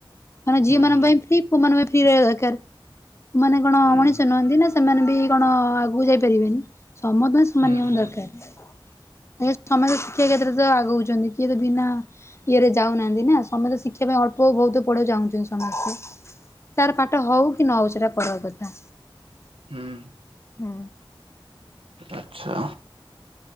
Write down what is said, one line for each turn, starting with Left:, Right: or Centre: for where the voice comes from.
Left: ମାନେ ଝିଅମାନଙ୍କ
Right: ହୁଁ ହୁଁ
Left: ପାଇଁ ଫି ପୁଅମାନଙ୍କ ପାଇଁ ଫ୍ରୀ ରିହିବା ଦରକାର ମାନେ କଣ
Right: ହୁଁ।
Left: ମଣିଷ ନୁହନ୍ତି ନା ଶ୍ ସେମାନେ ବି କଣ ଆଗକୁ ଯାଇ ପାରିବେନି ସମସ୍ତଙ୍କ ପାଇଁ ସମାନ
Right: ହୁଁ
Left: ନିୟମ
Right: ହୁଁ
Left: ଦରକାର। ଆଜ୍ଞା ସମସ୍ତେ ଶିକ୍ଷା କ୍ଷେତ୍ରରେ ତ ଆଗଉଛନ୍ତି କିଏ ତ ବିନା ଇଏରେ ଯାଉନାହାନ୍ତି ନା ସମସ୍ତେ ଶି ଶିକ୍ଷା ପାଇଁ ଅଳ୍ପ ବହୁତ ପଢିବାକୁ ଚାଁଉଛନ୍ତି ସମସ୍ତେ ତାର ପାଠ ହଉ କି ନ ହଉ ସେଇଟା ପର କଥା।
Right: ହୁଁ
Left: ହୁଁ।
Right: ଆଚ୍ଛା।